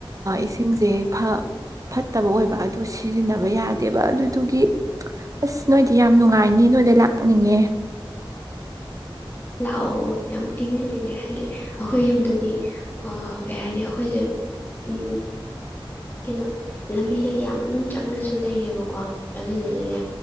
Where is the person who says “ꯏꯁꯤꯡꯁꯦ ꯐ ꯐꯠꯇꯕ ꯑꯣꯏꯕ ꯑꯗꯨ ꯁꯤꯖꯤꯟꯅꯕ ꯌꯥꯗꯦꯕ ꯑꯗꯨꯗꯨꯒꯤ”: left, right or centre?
Right